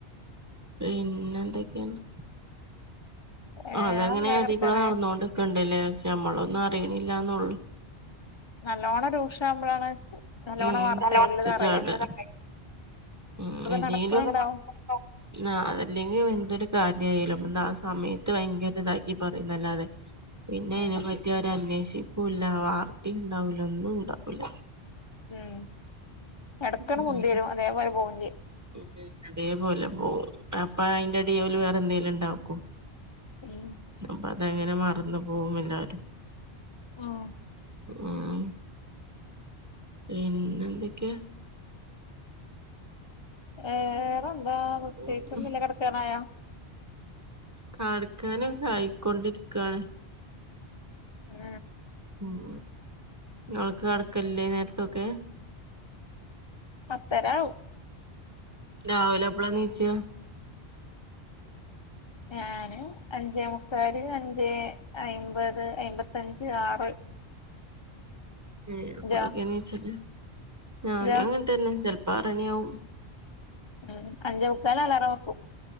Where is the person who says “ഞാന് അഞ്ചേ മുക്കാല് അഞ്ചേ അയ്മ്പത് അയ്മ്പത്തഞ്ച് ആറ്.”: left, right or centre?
Left